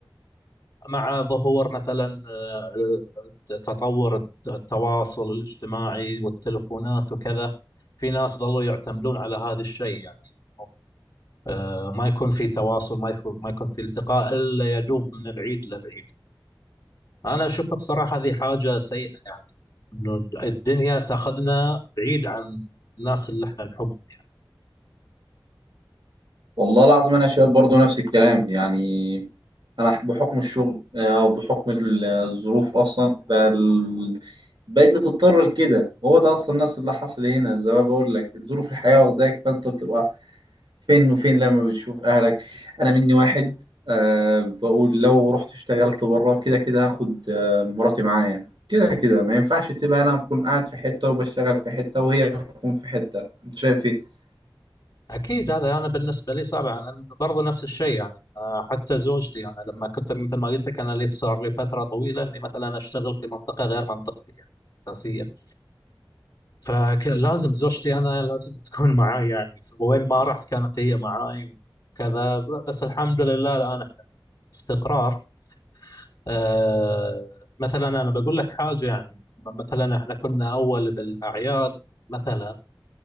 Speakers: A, on the left; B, on the right.
A: مع ظهور مثلا آه، تطور الت- التواصل الاجتماعي والتلفونات وكذا في ناس ظلوا يعتمدون على هذا الشيء يعني آه، ما يكون في تواصل ما يكون ما يكون في التقاء الا يدوب من العيد للعيد انا اشوفها بصراحه هذه حاجه سيئه يعني انه الدنيا تاخذنا بعيد عن الناس اللي احنا نحبهم
B: والله العظيم انا شايف برضو نفس الكلام يعني انا بحكم الشغل آه، وبحكم ال- الظروف اصلا فال- بقيت بتضطر لكده هو ده اصلا الناس اللي حصل هنا زي ما بقول لك ظروف الحياه واخداك فانت بتبقى فين وفين لما بتشوف أهلك أنا مني واحد أه بقول لو رحت اشتغلت بره كده كده هاخد آه، مراتي معايا كده كده ما ينفعش اسيبها أنا أكون قاعد في حتة وبشتغل في حتة وهي تكون في حتة أنت شايف إيه؟
A: اكيد هذا انا بالنسبه لي صعب لان برضو نفس الشيء يعني آه، حتى زوجتي انا لما كنت مثل ما قلت لك انا لي صار لي فتره طويله اني مثلا اشتغل في منطقه غير منطقتي يعني اساسيه فلازم زوجتي انا لازم تكون معاي يعني وين ما رحت كانت هي معاي وكذا ب- بس الحمد لله الان احنا استقرار آه، مثلا انا بقول لك حاجه يعني مثلا احنا كنا اول بالاعياد مثلا